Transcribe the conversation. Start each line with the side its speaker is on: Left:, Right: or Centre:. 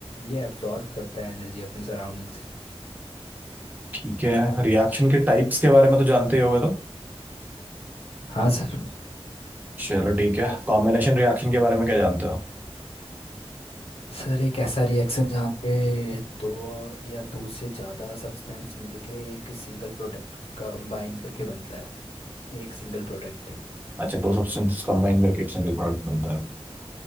Left: ये एब्जॉर्ब करता है एनर्जी अपनी सराउंडिंग से
Right: ठीक है रिएक्शन के टाइप्स के बारे में तो जानते ही होगे तो
Left: हाँ सर
Right: चलो ठीक है कॉम्बिनेशन रिएक्शन के बारे में क्या जानते हो
Left: सर एक ऐसा रिएक्शन जहाँ पे दो या दो से ज़्यादा सब्सटेंस मिलके एक सिंगल प्रोडक्ट कंबाइन करके बनता है एक सिंगल प्रोडक्ट
Right: अच्छा दो सब्सटेंसेस कंबाइन करके एक सिंगल प्रोडक्ट बनता है